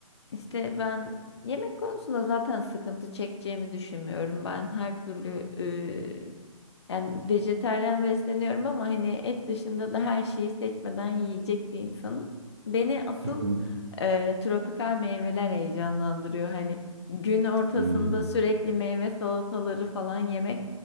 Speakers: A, on the left (about 50°); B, on the right (about 50°).
A: İşte ben yemek konusunda zaten sıkıntı çekeceğimi düşünmüyorum. Ben her türlü eee, yani vejetaryen besleniyorum ama hani et dışında da her şeyi seçmeden yiyecek bir insanım. Beni asıl
B: Hı hı.
A: eee, tropikal meyveler heyecanlandırıyor. Hani gün ortasında
B: Hmm.
A: sürekli meyve salataları falan yemek